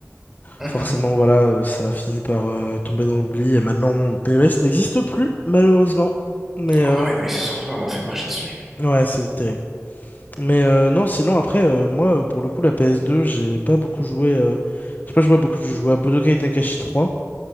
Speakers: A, in the centre; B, on the left.
A: Mhm.
B: Forcément voilà, euh, ça a fini par euh, tomber dans l'oubli et maintenant PES n'existe plus malheureusement. Mais euh,
A: Ah ouais, non, ils se sont vraiment fait marcher dessus.
B: ouais, c'est terrible. Mais euh, non, sinon après euh, moi euh, pour le coup la PS2, j'ai pas beaucoup joué euh, j'ai pas joué à beaucoup de jeux, j'ai joué à Budokai Tenkaichi 3,